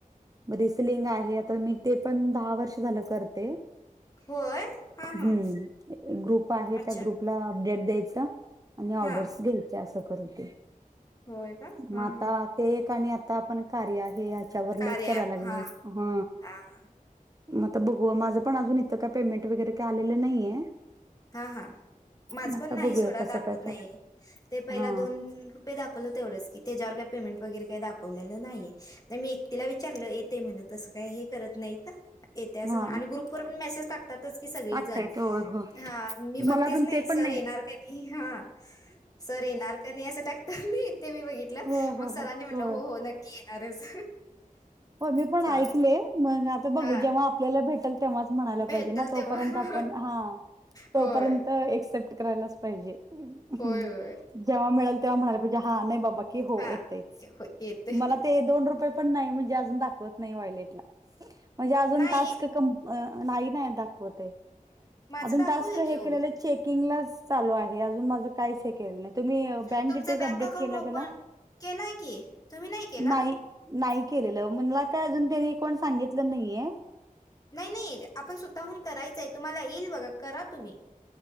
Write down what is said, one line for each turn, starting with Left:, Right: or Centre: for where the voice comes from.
Right: म रे स्लिंग आहे आता मी ते पण दहा वर्ष झालं करते.
Left: होय हां
Right: हुम्म
Left: हां
Right: ग्रुप आहे
Left: अच्छा
Right: त्या ग्रुपला अपडेट द्यायचं आणि
Left: हां
Right: ऑर्डर्स घ्यायचे अस करते
Left: होय का
Right: मग
Left: हां
Right: आता
Left: हां
Right: ते एक आणि आ आता आपण कार्य ह्याच्यावर लेख
Left: कार्य
Right: करायला
Left: ॲप
Right: लागले
Left: हां
Right: ह
Left: हां हां
Right: म आता बघू माझं पण अजून इथं काय पेमेंट वगैरे काय आलेलं नाहीये
Left: हा हा माझ
Right: मग आता
Left: पण नाही
Right: बघूया
Left: सोडा
Right: कसं
Left: दाखवत
Right: काय
Left: नाही
Right: काय
Left: ते पहिला
Right: हा
Left: दोन रुपये दाखवलं तेवढच की त्याच्यावर पेंमेट वेगैरे का दा वलेलं नाहीये तर मी एकटीला विचारलं येते म्हण तसं काय हे करत नाहीत येते असं
Right: हा
Left: म्ह आणि ग्रुप वर पण मेसेज टाकतातच की सगळीजण
Right: टाकता येत होय हो
Left: हा मी बघतेच
Right: मला अजून
Left: न ई
Right: ते
Left: सर
Right: पण नाही
Left: येणार का नाही हा सर येणार का नाही असं टाकते हंं मी ते बघितलं
Right: हो
Left: च मग
Right: हो
Left: सरांनी
Right: हो
Left: म्हटलं
Right: होय
Left: हो हो नक्की येणारच
Right: हो मी पण
Left: चाल
Right: ऐकले मग आता
Left: हा
Right: बघू जेव्हा आपल्याला भेट तेव्हा म्हणायला पायझे
Left: भेटेल
Right: ना तोपर्यंत
Left: तेव्हा
Right: आपण हा तोपर्य
Left: होय
Right: एस्टेट करायाल च पाहीजे हु
Left: होय होय
Right: जेव्हा मीळल तेव्हा म्हणायला पाहीजे हां बाबा की हो
Left: हा
Right: एतयच
Left: होय येते
Right: मला ते दोन रूपये नाही मी अर्जुन दाखवत नाही वायेटला म्हणजे आजुन
Left: नाही
Right: टास्क क नाही नाही दाखवत
Left: माझं
Right: अजुन
Left: दाखवलं
Right: टास्क
Left: की
Right: हे
Left: हो
Right: के लेले चेकिंगला च चालु आहे अजुन माझ काही हे केलं नाहीत तुम्ही बँक
Left: तुमचं
Right: डिटेल्स अपडेट
Left: अकाउंट
Right: केला
Left: ओपन
Right: त्याला
Left: केलाय की तुम्ही केला
Right: नाही. नाही केलेलं मला आता अजुन त्यांनी कोण सांगितलं नाहीेये
Left: नाही नाही आपण स्वतःहून करायचंय तुम्हाला येईल बघा करा तुम्ही.